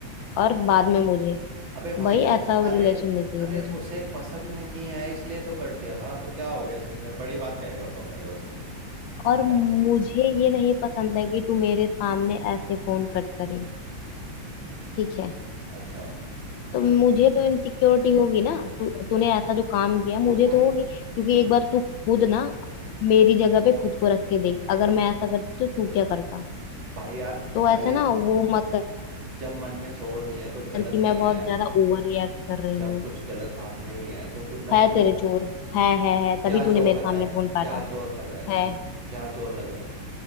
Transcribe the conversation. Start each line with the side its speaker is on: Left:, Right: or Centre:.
Left: और बाद में मुझे
Right: अबे भाई
Left: तो भाई
Right: जब
Left: ऐसा
Right: अरे
Left: रिलेशन नहीं चाहिए
Right: अरे
Left: मुझे
Right: उसे पसंद नहीं है इसलिए तो कट दिया था तो क्या हो गया इसके अंदर बड़ी बात क्या है ये बताओ पहले बस मुझे क्या
Left: और मुझे ये नहीं पसंद है कि तू मेरे सामने ऐसे फोन कट करे ठीक है
Right: अच्छा
Left: तो मुझे तो इनसिक्योरिटी होगी ना तू तूने ऐसा जो काम किया मुझे
Right: तो भाई
Left: तो होगी क्योंकि
Right: अबे
Left: एक
Right: ज-
Left: बार तू खुद ना मेरी जगह पे खुद को रख के देख अगर मैं ऐसा करती तो तू क्या करता
Right: भाई यार
Left: तो
Right: पहले
Left: ऐसा ना वो मत
Right: जब मन में चोर नहीं है कुछ
Left: कर
Right: गलत
Left: कि
Right: नहीं
Left: मैं बहुत
Right: है
Left: ज्यादा ओवर रिएक्ट कर रही
Right: जब
Left: हूँ
Right: कुछ गलत बात नहीं है तो फिर मैं
Left: है
Right: क्यों
Left: तेरे चोर है है है
Right: क्या
Left: तभी
Right: चोर
Left: तूने मेरे
Right: लग
Left: सामने
Right: रहा है
Left: फोन काटा
Right: क्या चोर लग रहा है तुम्हें
Left: है
Right: क्या चोर लग रहा है